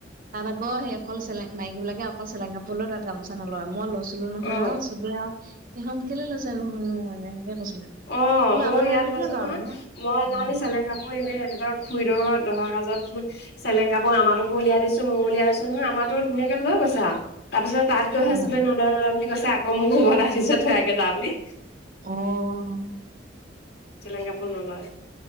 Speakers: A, on the right; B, on the left.
A: তাত আকৌ সেই অকল চেলেং মাইকী বিলাকে অকল চেলেং কাপোৰ লয় তাত গামোচা নলয়, মই লৈছ লৈছিলো নহয়,
B: অ',
A: সবে আও সেইখন কেলে লৈছে দেখনো ম এ এনেকে কৈছিলে!
B: অঁ
A: বোলো
B: মইও
A: আমাৰ তাত
B: ইয়াত
A: এনেকে
B: লৈছোঁ
A: লয়
B: নহয়,
A: বোলো
B: মই সেইদিনাখনি
A: উম।
B: চেলেং কাপোৰ এনে এখেতৰ খুুৰীদ'ৰ দহা কাজত চেলেং কাপোৰ আমাটোকো উলিয়াই দি ছো মইও উলিয়াই লৈছো নহয়, আমাৰটো ধুনীয়াকে লৈ গৈছে আও, তাৰপিছত তাত গৈহে
A: অ',
B: চবে ন নলয় নলয় বুলি কৈছে, আকৌ মোক উভতাই দিছে থৈ আহগে যা বুলি।
A: অঁ!
B: চেলেং কাপোৰ নলয়